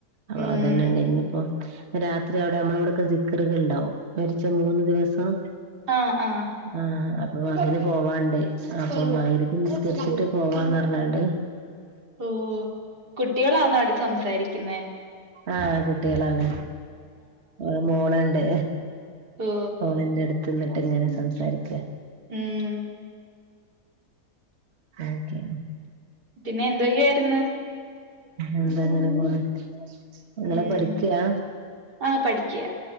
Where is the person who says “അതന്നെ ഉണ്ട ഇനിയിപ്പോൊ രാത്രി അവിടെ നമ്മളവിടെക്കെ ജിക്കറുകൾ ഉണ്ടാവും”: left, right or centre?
Right